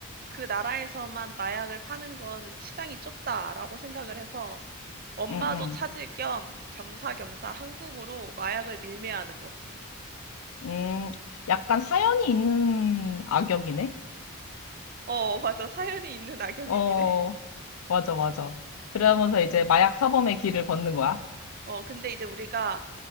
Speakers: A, on the right; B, on the left.
A: 그 나라에서만 마약을 파는 건 시장이 좁다라고 생각을 해서 엄마도
B: 응, 응.
A: 찾을 겸 겸사겸사 한국으로 마약을 밀매하는 거지.
B: 음, 약간 사연이 있는 악역이네.
A: 어 <laughs> 맞아 사연이 있는 악역이긴
B: 어,
A: 해.
B: 맞아, 맞아. 그러면서 이제 마약 사범의 길을 걷는 거야.
A: 어 근데 이제 우리가